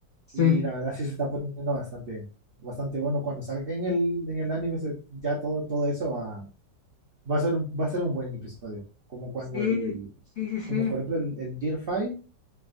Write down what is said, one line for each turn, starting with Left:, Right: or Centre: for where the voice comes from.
Left: Sí,
Right: y la verdad sí se está poniendo bastante, bastante bueno. Cuando salga en el, en el anime se- ya todo, todo eso va, va a ser un, va a ser un buen episodio. Como cuando
Left: sí,
Right: el,
Left: sí, sí, sí.
Right: como por ejemplo el, el Gear 5